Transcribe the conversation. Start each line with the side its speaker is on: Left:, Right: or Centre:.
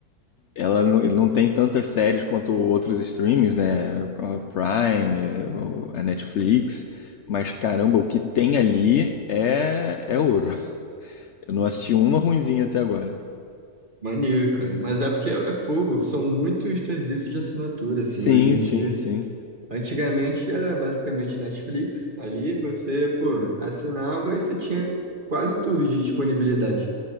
Left: Ela não, ele não tem tantas séries quanto outros streams, né? A Prime, eh, o- a Netflix. Mas caramba, o que tem ali é, é ouro. Eu não assisti uma ruinzinha até agora.
Right: Maneiro, cara. Mas é porque é é fogo. São muitos serviços de assinatura, assim,
Left: Sim,
Right: hoje em
Left: sim,
Right: dia.
Left: sim.
Right: Antigamente era basicamente Netflix, ali você, pô, assinava e você tinha quase tudo de disponibilidade.